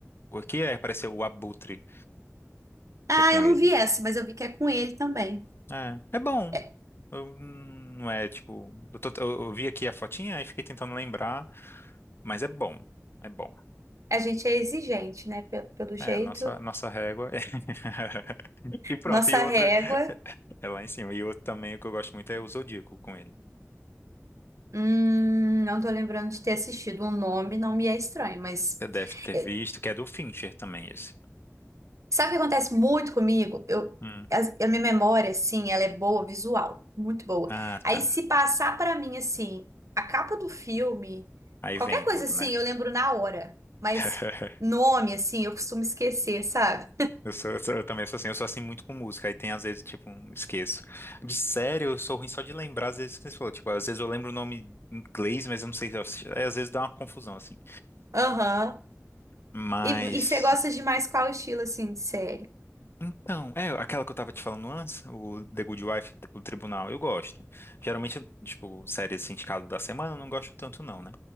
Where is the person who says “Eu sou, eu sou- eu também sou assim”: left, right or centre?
Left